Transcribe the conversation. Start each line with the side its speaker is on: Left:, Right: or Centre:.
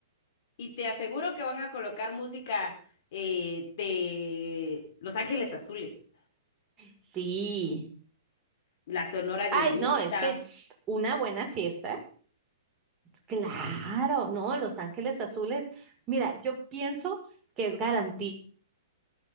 Left: Y te aseguro que van a colocar música eh, de Los Ángeles Azules,
Right: Sí.
Left: la Sonora Dinamita.
Right: Ay, no, es que una buena fiesta. Claro, no, Los Ángeles Azules. Mira, yo pienso que es garantía